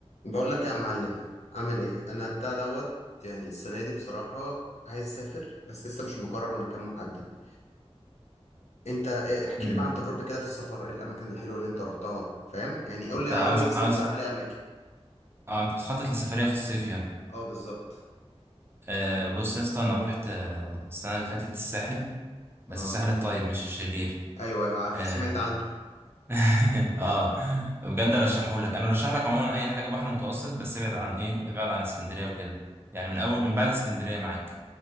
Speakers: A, on the left; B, on the right.
A: بقول لك إيه يا معلم عامل ايه انا بتاع دوت يعني السنه دي بصراحه عايز اسافر بس لسه مش مقرر مكان محدد انت إيه- احكي
B: مم.
A: لي بقى عن تجربتك كده في السفر إيه الاماكن الحلوه اللي انت روحتها فاهم يعني قول
B: انت
A: لي
B: عاوز
A: قول لي مثلا
B: عاوز
A: اقترح عليا اماكن
B: اه انت بتخطط لسفرية في الصيف يعني
A: اه بالظبط
B: آه بص يا اسطى انا رحت آه السنة اللي فاتت الساحل بس
A: اه
B: الساحل الطيب مش الشرير
A: ايوه ايوه عارفه
B: اه,
A: سمعت عنه
B: <laughs> آه. بجد ارشحهولك انا ارشح لك عموما اي حاجة بحر متوسط بس ابعد عن ايه ابعد عن اسكندرية وكده يعني من اول من بعد اسكندرية معاك